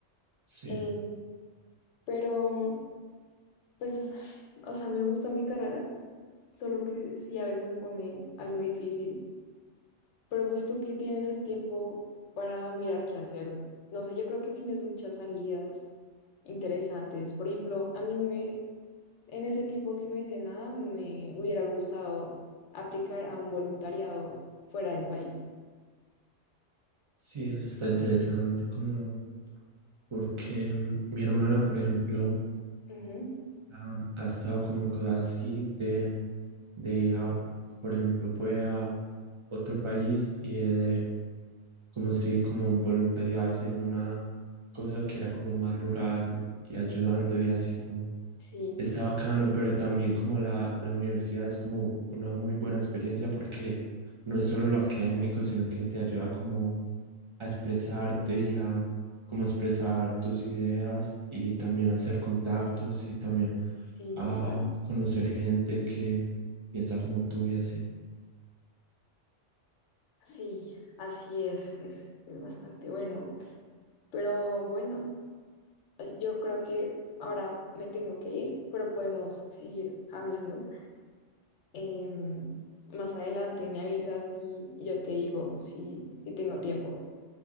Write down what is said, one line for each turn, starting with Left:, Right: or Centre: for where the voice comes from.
Right: sí.
Left: Em, pero, pues, <sighs> o sea, me gusta mi carrera, solo que sí a veces se pone algo difícil. Pero pues tú que tienes el tiempo para mirar qué hacer, no sé, yo creo que tienes muchas salidas interesantes. Por ejemplo, a mí me, En ese tiempo que no hice nada, me hubiera gustado aplicar a un voluntariado fuera del país.
Right: Sí, eso está interesante, como porque mm, mi hermana, por ejemplo,
Left: Ujú.
Right: ha, ha estado como en cosas así de, de ir a, por ejemplo, fue a otro país y de, como si, como voluntariados en una cosa que era como más rural y, y ayudando y así como
Left: Sí,
Right: está bacano, pero también como la, la universidad es como una muy buena experiencia porque no es solo lo académico, sino que te ayuda como a expresarte y a como expresar tus ideas y también hacer contactos y también
Left: sí,
Right: a
Left: total.
Right: conocer gente que piensa como tú y así.
Left: Sí, así es, es, es bastante bueno. Pero bueno, eh, yo creo que ahora me tengo que ir, pero podemos seguir hablando. Em, más adelante me avisas y, y yo te digo si, si tengo tiempo.